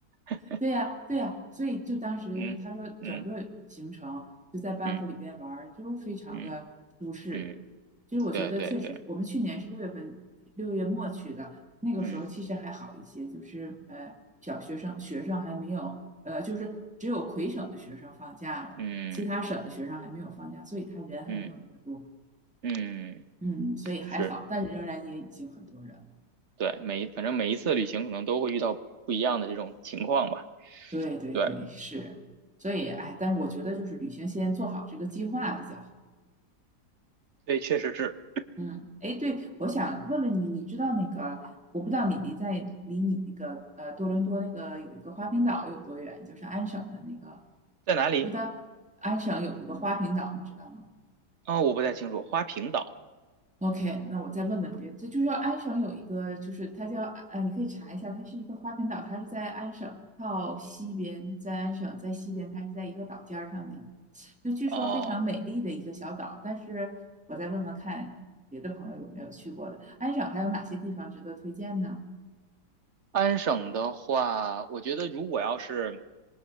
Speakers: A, on the right (about 50°); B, in the centre.
A: <laughs>
B: 对呀，对呀，所以就当时他说整个行程就在班夫里边玩儿，
A: 嗯嗯嗯
B: 就非常的舒适。
A: 嗯嗯，
B: 其实我觉得确实，
A: 对对对，
B: 我们去年是六月份，六月末去的，那个时候其实还好一些，
A: 嗯
B: 就是呃小学生学生还没有，呃就是只有魁省的学生放假了，
A: 嗯
B: 其他省的学生还没有放假，所以他人还没有那么多，
A: 嗯嗯，
B: 嗯，所以还好，
A: 是，
B: 但是仍然也已经很多人了。
A: 对，每反正每一次旅行可能都会遇到不一样的这种情况吧。
B: 对对对，
A: 对
B: 是，所以哎，但是我觉得就是旅行先做好这个计划比较好。
A: 对，确实是
B: 嗯，哎，对，我想问问你，你知道那个，我不知道你离在离你那个呃多伦多那个有一个花瓶岛有多远，就是安省的那个，
A: 在哪里？
B: 知道安省有一个花瓶岛，你知道吗？
A: 哦，我不太清楚，花瓶岛。
B: OK，那我再问问别这就是要安省有一个，就是它叫呃，你可以查一下，它是一个花盆岛，它是在安省靠西边，在安省在西边，它是在一个岛尖儿上的一个，就据说非常美丽的一个小岛。
A: 哦，
B: 但是我再问问看别的朋友有没有去过的，安省还有哪些地方值得推荐呢？
A: 安省的话，我觉得如果要是